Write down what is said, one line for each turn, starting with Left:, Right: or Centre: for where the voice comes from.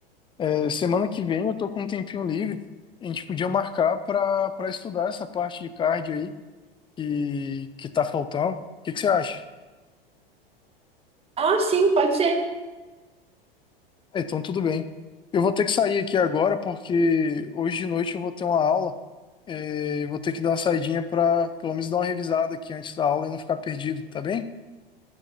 Left: é, Semana que vem eu tô com um tempinho livre. A gente podia marcar para para estudar essa parte de cardio aí que, que tá faltando. O que que você acha?
Right: Ah, sim, pode ser.
Left: Ah, Então, tudo bem. Eu vou ter que sair aqui agora porque hoje de noite eu vou ter uma aula. É, eu vou ter que dar uma saidinha para pelo menos dar uma revisada aqui antes da aula e não ficar perdido, tá bem?